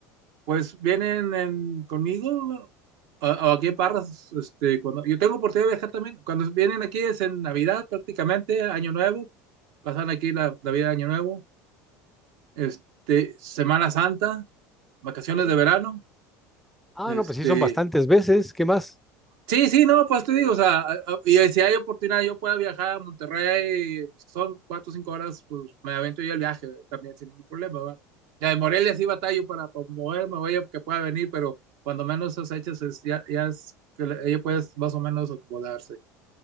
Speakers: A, on the right (about 65°); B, in the centre.
A: pues vienen en- conmigo o, o aquí en Parras, este, cuando yo tengo oportunidad de viajar también. Cuando vienen aquí es en Navidad prácticamente, Año Nuevo, pasan aquí la Navidad, Año Nuevo, este, Semana Santa, vacaciones
B: Sí.
A: de verano,
B: Ah,
A: este,
B: no, pues sí, son bastantes veces. ¿Qué más?
A: Sí, sí, no, pues te digo, o sea, a- a- y si hay oportunidad, yo pueda viajar a Monterrey, pues, son cuatro o cinco horas, pues me avento yo el viaje ¿verdad? también sin ningún problema, ¿va? Ya de Morelia sí batallo para, para moverme, oye, que pueda venir, pero cuando menos esas fechas es- ya, ya es que la- ella puede más o menos acomodarse.